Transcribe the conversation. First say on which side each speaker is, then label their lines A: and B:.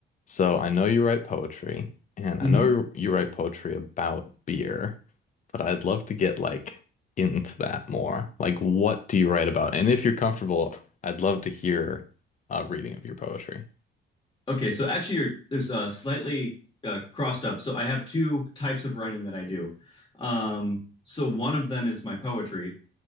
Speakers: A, on the left; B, on the left.
A: So I know you write poetry, and
B: hmm
A: I know you you write poetry about beer, but I'd love to get like into that more. Like, what do you write about? And if you're comfortable, I'd love to hear a reading of your poetry.
B: Okay, so actually, you're, there's uh, slightly uh, crossed up. So I have two types of writing that I do. Um, so one of them is my poetry,